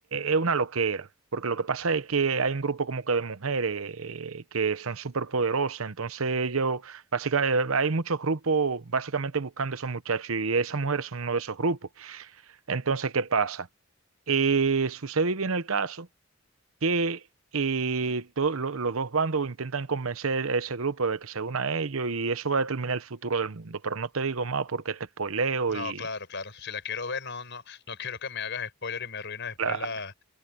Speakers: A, on the right; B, on the left.
A: es una loquera. Porque lo que pasa es que hay un grupo como que de mujeres eh, que son súper poderosas. Entonces ellos, básicamente, hay muchos grupos básicamente buscando a esos muchachos y esas mujeres son uno de esos grupos. Entonces, ¿qué pasa? Eh, sucede y viene el caso que eh, to- lo- los dos bandos intentan convencer a ese grupo de que se una a ellos y eso va a determinar el futuro del mundo. Pero no te digo más porque te spoileo
B: No,
A: y...
B: claro, claro. Si la quiero ver, no, no, no quiero que me hagas spoiler y me arruines después
A: Claro.
B: la.